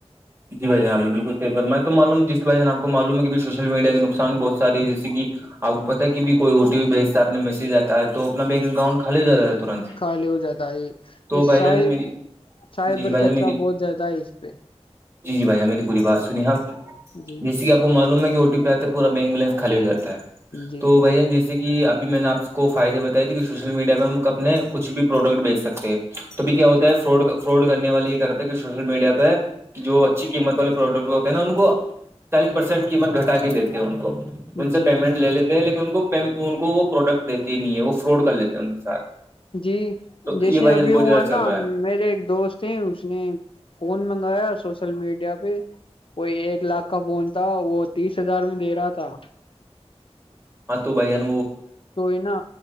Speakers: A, on the right; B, on the left.
A: جی بھ جب بالکل سیر میں تو معلوم جس بن آپ کو معلوم ہے کہ سوشل میڈیا کے نقصان بہت سارے ہے جیے کہ آپ پتتا کہ بھی کوئی او ٹی پی بھیجتا ہے اپنے میسج آتا ہے تو اپنا بینک اکاؤنٹ کالے جاتا ترنت
B: خالی ہو جاتا ہے
A: تو
B: یہ
A: بھائی
B: صاحب
A: جان میری
B: سائبر
A: جی جی بھائی
B: خطرہ
A: جان میری
B: بہت زیادہ ہے اس پہ
A: جی جی بھیا میری پوری بات سنی آپ
B: جی
A: جیسے کہ آپ معلوم ہے کہ او ٹی پی آتے پور بینک بیلنس خالی ہو جاتا ہے
B: جی
A: تو بھ جان جس جیسے کہ ابھی میں نے آپ کو فائدے بتائے تھے کہ سوشل میڈیا پہ ہم اپنے کچھ بھی پروڈکٹ بیچ سکتے ہیں توبھی کیا
B: بیچ
A: ہوتا
B: سکتے
A: ہے ف
B: ہیں
A: فراڈ کرنے والے یہ کرتے ہیں سوشل میڈیا پہ جو اچھی قیمت والے پروڈکٹ ہوتے ہیں نا ان کو چالیس پرسینٹ قیمت گھٹا کے دیتے ہیں ان کو ان سے
B: جی
A: پیمنٹ لے لیتے ہیں لیکن ان ان کو وہ پروڈکٹ دیتے ہی نہیں ہے فراڈ کر لیتے ہیں ان کے ساتھ
B: جی
A: تو
B: جیسے
A: یہ بھائی جان
B: ابھی
A: بہت
B: ہ
A: زیادہ
B: ہے
A: چل
B: نا
A: رہا
B: میرے ایک دوست تھے اس نے فون منگایا سوشل میڈیا پہ وہ ایک لاکھ کا فون تھا وہ تیس ہزار میں دے رہا تھا
A: ہاں تو بھائی ن
B: تو ہے نا